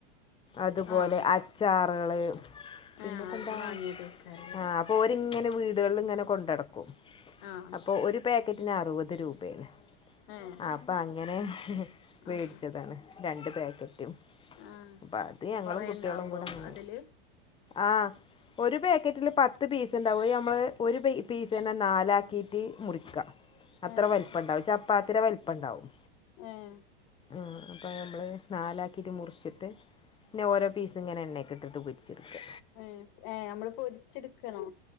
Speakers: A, on the left; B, on the left.
A: അതുപോലെ
B: ആഹ്
A: അച്ചാറുകള് പിന്നെപ്പം
B: ആഹ് അവിടുന്ന്
A: എന്താ.
B: വാങ്ങിയതേക്കാരല്ലേ
A: ആഹ്.. ഓരിങ്ങനെ വീടുകളില് ഇങ്ങനെ കൊണ്ട് നടക്കു.
B: ആഹ്
A: അപ്പോ ഒരു പാക്കറ്റ്. ന്. അറുവത് രൂപയാണ്.
B: ഏഹ്
A: ആഹ്. അപ്പ അങ്ങനെ. വേടിച്ചതാണ്
B: ആഹ്
A: രണ്ട് പാക്കറ്റും..
B: ആഹ്
A: അപ്പഅത് ഞങ്ങളും
B: കൊറേ
A: കുട്ടികളും
B: ഇണ്ടാവോ
A: കൂടെ അങ്ങനെ
B: അതില്
A: ആഹ്.. ഒരു പേക്കറ്റില് പത്ത് പീസ്ണ്ടാവും അത് ഞമ്മള് ഒരു പെയ് പീസെന്നെ നാലാക്കീട്ട് മുറിക്കാ അത്ര
B: ഏഹ്
A: വൽപ്പണ്ടാവും ചപ്പാത്തിടെ വൽപ്പണ്ടാവും
B: ഏഹ്
A: ആഹ് അപ്പ ഞമ്മള് നാലാക്കിട്ട് മുറിച്ചിട്ട് പിന്നെ ഓരോപീസ്ങ്ങെനെ എണ്ണെക്കിട്ടിട്ട് പൊര് ച്ച്ട്ക്കാ
B: ഏഹ് ഏഹ് അമ്മള് പൊരിച്ച്ട്ക്കണോ